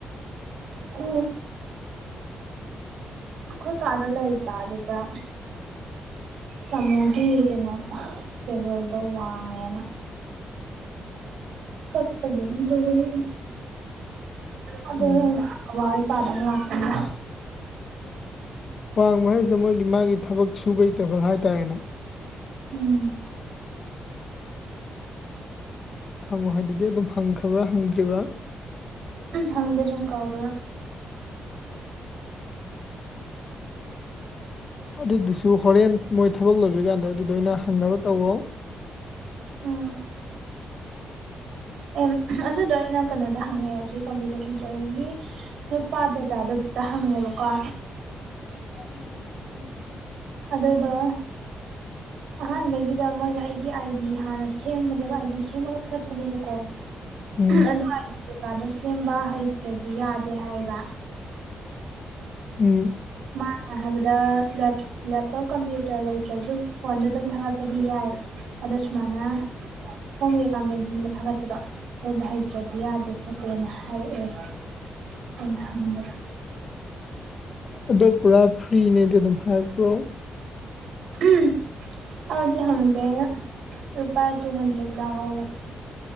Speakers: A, on the right (about 80°); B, on the left (about 35°).
A: ꯑꯣ ꯑꯩꯈꯣꯏ ꯀꯥꯗ ꯂꯩꯕ ꯑꯗꯨꯗ ꯇꯥꯃꯣꯒꯤ ꯀꯩꯅꯣ ꯇꯦꯕꯜꯗꯣ ꯋꯥꯡꯉꯦꯅ ꯀꯄ ꯃꯣꯟ ꯑꯗ
B: ꯎꯝ
A: ꯑꯚꯕꯤ ꯀꯥꯗ ꯉꯥꯛꯀꯅꯤ
B: ꯋꯥꯡꯕꯍꯩꯁꯦ ꯃꯣꯏꯒꯤ ꯃꯥꯒꯤ ꯊꯕꯛ ꯁꯨꯕꯩ ꯇꯦꯕꯜ ꯍꯥꯏꯇꯥꯔꯦꯅꯦ
A: ꯎꯝ
B: ꯍꯪꯉꯣ ꯍꯥꯏꯗꯨꯗꯤ ꯑꯗꯨꯝ ꯍꯪꯈ꯭ꯔꯕ꯭ꯔꯥ ꯍꯪꯗ꯭ꯔꯤꯕ꯭ꯔꯥ
A: ꯍꯪꯗꯦ ꯁ ꯀꯥꯎꯔ <unintelligible>
B: ꯑꯗꯨꯗꯨꯁꯨ ꯍꯣꯔꯦꯟ ꯃꯣꯏ ꯊꯕꯛ ꯂꯧꯕꯤ ꯀꯥꯟꯗ ꯑꯗꯨꯗ ꯑꯣꯏꯅ ꯍꯪꯅꯕ ꯇꯧꯋꯣ
A: ꯎꯝ ꯑꯦ ꯑꯗꯨꯗꯣ ꯑꯩꯅ ꯀꯩꯅꯣꯗ ꯍꯪꯉꯛꯑꯦ ꯍꯧꯖꯤꯛ ꯀꯝꯄ꯭ꯌꯨꯇꯔ ꯁꯦꯟꯇꯔꯒꯤ ꯅꯨꯄꯥ ꯗꯗꯥꯗ ꯝꯇ ꯍꯪꯉꯦꯕꯀꯣ
B: ꯎꯣꯏꯅ
A: ꯑꯗꯨꯗꯣ ꯑꯍꯥꯟꯕꯒꯤꯗ ꯃꯣꯏꯅ ꯑꯩ ꯒꯤ ꯑꯥꯏꯗꯤ ꯍꯥꯟꯅ ꯁꯦꯝꯕꯅꯦꯕ ꯑꯥꯏ ꯗꯤ ꯁꯦꯝꯃꯒ ꯊꯥꯒꯠꯄꯅꯦꯕꯀꯣ
B: ꯎꯝ
A: ꯑꯗꯨ ꯀꯩꯀꯥꯗꯣ ꯁꯦꯝꯕ ꯍꯩꯇ꯭ꯔꯗꯤ ꯌꯥꯗꯦ ꯍꯥꯏꯕ
B: ꯎꯝ
A: ꯃꯥꯅ ꯍꯥꯏꯕꯗ ꯂꯦꯞꯇꯣꯞ ꯀꯝꯄ꯭ꯌꯨꯇꯔ ꯂꯩꯇ꯭ꯔꯁꯨ ꯐꯣꯟꯗ ꯑꯗꯨꯝ ꯊꯥꯒꯠꯄꯗꯤ ꯌꯥꯏ ꯑꯗꯨꯨꯁꯃꯅ ꯐꯣꯡꯝ ꯀꯩꯀꯥ ꯃꯦꯟꯁꯤꯟꯕ ꯊꯥꯒꯠꯄꯗꯣ ꯑꯗꯨꯗ ꯍꯩꯇ꯭ꯔꯗꯤ ꯌꯥꯗꯦ ꯈꯣꯠꯇꯦꯅ ꯍꯥꯏꯔꯛꯑꯦ ꯑꯣꯍꯕꯔ
B: ꯑꯗꯣ ꯄꯨꯔꯥ ꯐ꯭ꯔꯤꯅꯦꯗꯤ ꯑꯗꯨꯝ ꯍꯥꯏꯞꯄ꯭ꯔꯣ
A: ꯎꯝ ꯑꯗꯤ ꯍꯪꯗꯦꯅ ꯔꯨꯄꯥ ꯇꯨ ꯍꯟꯗ꯭ꯔꯦꯠ ꯂ ꯍꯒꯦ